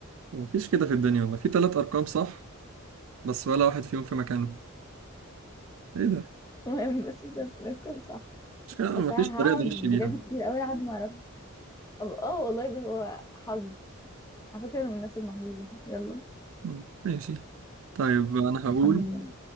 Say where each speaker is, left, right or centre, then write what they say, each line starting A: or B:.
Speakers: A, on the right; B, on the left.
A: ومفيش كده في الدنيا والله في تلات أرقام صح بس ولا واحد فيهم في مكانه إيه ده؟
B: مش مهم <laughs> بس ده الرقم صح
A: مش كده
B: بس
A: مفيش
B: أنا
A: طريقة
B: هقعد
A: تغش
B: بجد
A: بيها
B: كتير أوي لحد ما أعرف أب- اه والله بس هو حظ على فكرة أنا من الناس المحظوظة يلا
A: مم. ماشي طيب أنا هقول
B: خمن يلا